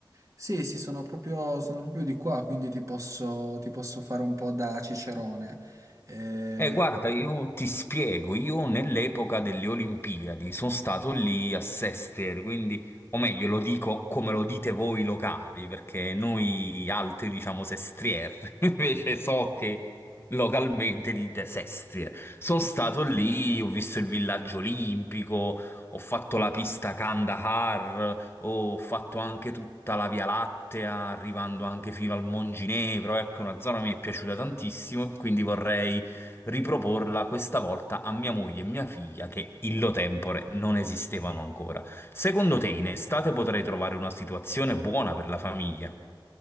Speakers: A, on the right; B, on the left.
A: Sì, sì, sono proprio, sono proprio di qua, quindi ti posso, ti posso fare un po' da cicerone. Eh,
B: Eh, guarda, io ti spiego, io nell'epoca delle Olimpiadi sono stato lì a Sester, quindi, o meglio, lo dico come lo dite voi locali, perché noi altri diciamo Sestrier, <laughs> invece so che localmente dite Sestrier. Sono stato lì, ho visto il villaggio olimpico, ho fatto la pista Kandahar, ho fatto anche tutta la Via Lattea, arrivando anche fino al Monginevro, ecco, una zona che mi è piaciuta tantissimo e quindi vorrei riproporla questa volta a mia moglie e mia figlia che illo tempore non esistevano ancora. Secondo te in estate potrei trovare una situazione buona per la famiglia?